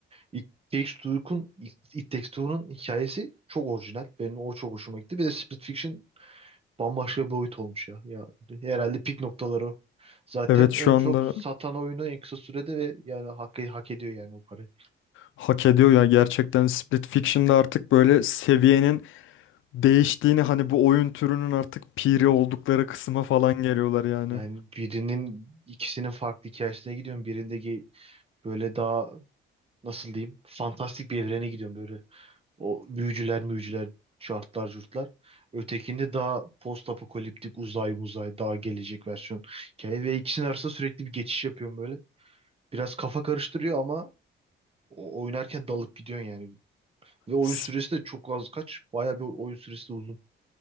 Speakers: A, on the right; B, on the left.
A: It Takes Two'nun It It Takes Two'nun hikayesi çok orijinal. Benim o çok hoşuma gitti. Bir de Split Fiction bambaşka bir boyut olmuş ya. Ya herhalde pik noktaları o. Zaten
B: Evet şu
A: en
B: anda
A: çok satan oyunu en kısa sürede ve yani hak, e-, hak ediyor yani o parayı.
B: hak ediyor ya gerçekten Split Fiction'da artık böyle seviyenin değiştiğini hani bu oyun türünün artık piri oldukları kısma falan geliyorlar yani.
A: Yani birinin ikisinin farklı hikayesine gidiyorum. Birinde Böyle daha nasıl diyeyim fantastik bir evrene gidiyorum böyle. O büyücüler müyücüler şartlar curtlar. Ötekinde daha post apokaliptik uzay muzay daha gelecek versiyon. Hikaye ve ikisinin arasında sürekli bir geçiş yapıyorum böyle. Biraz kafa karıştırıyor ama o- oynarken dalıp gidiyorsun yani. Ve oyun
B: Sp-
A: süresi de çok az kaç. Bayağı bir oyun süresi de uzun.